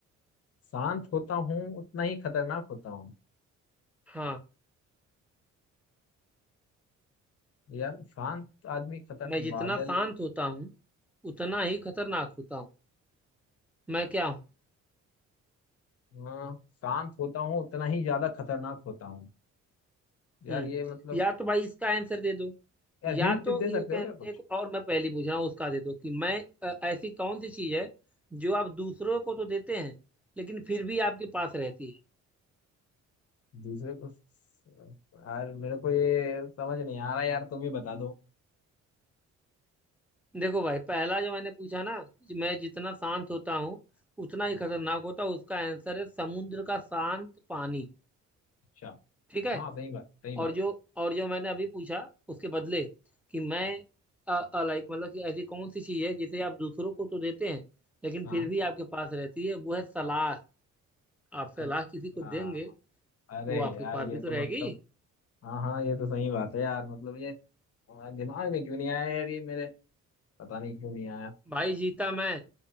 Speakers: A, on the left (about 50°); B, in the centre.
A: शांत होता हूँ उतना ही खतरनाक होता हूँ
B: हाँ
A: यार शांत आदमी खतरनाक
B: मैं जितना
A: बादल
B: शांत होता हूँ उतना ही खतरनाक होता हूँ मैं क्या हूँ
A: हाँ शांत होता हूँ उतना ही ज्यादा खतरनाक होता हूँ यार
B: हम्म
A: ये मतलब
B: या तो भाई इसका आंसर दे दो
A: यार
B: या
A: हिंट
B: तो
A: दे सकते
B: एक
A: हो क्या कुछ
B: एक और मैं पहली पूछ रहा हूँ उसका दे दो कि मैं अ, ऐसी कौन सी चीज है जो आप दूसरों को तो देते हैं लेकिन फिर भी आपके पास रहती है
A: दूसरे को यार मेरे को ये समझ नहीं आ रहा यार तुम ही बता दो
B: देखो भाई पहला जो मैंने पूछा ना कि मैं जितना शांत होता हूँ उतना ही
A: हाँ
B: खतरनाक होता हूँ उसका आंसर है समुद्र का शांत पानी
A: अच्छा
B: ठीक है
A: हाँ सही बात सही बात
B: और जो और जो मैंने अभी पूछा उसके बदले कि मैं लाइक मतलब कि ऐसी कौन सी चीज है जिसे आप दूसरों को तो देते हैं लेकिन
A: हाँ
B: फिर भी आपके पास रहती है वो है सलाह आप
A: अच्छा
B: सलाह किसी को देंगे
A: अरे
B: वो आपके
A: यार
B: पास
A: ये
B: भी तो
A: तो
B: रहेगी
A: मतलब हाँ हाँ ये तो सही बात है यार मतलब ये हाँ, दिमाग में क्यों नहीं आया यार ये मेरे पता नहीं क्यों नहीं आया
B: भाई जीता मैं